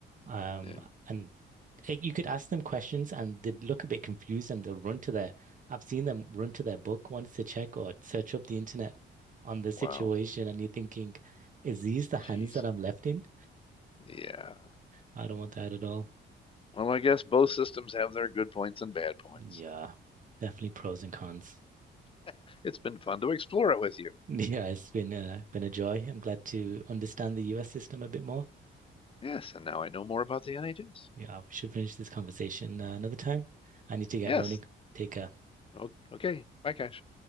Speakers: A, on the right; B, on the left.
A: Um,
B: yeah.
A: and eh, you could ask them questions and they'd look a bit confused and they'll run to their, I've seen them run to their book once to check or search up the internet on the situation.
B: Wow.
A: And you're thinking, is these the hands
B: Jeez.
A: that I'm left in?
B: Yeah.
A: I don't want that at all.
B: Well, I guess both systems have their good points and bad points.
A: Yeah, definitely pros and cons.
B: <laughs> It's been fun to explore it with
A: <laughs>
B: you.
A: Yeah, it's been uh, been a joy. I'm glad to understand the US system a bit more.
B: Yes, and now I know more about the NHS.
A: Yeah, we should finish this conversation uh, another time. I need to get
B: Yes.
A: running, take a
B: O- Okay. Bye, Cash.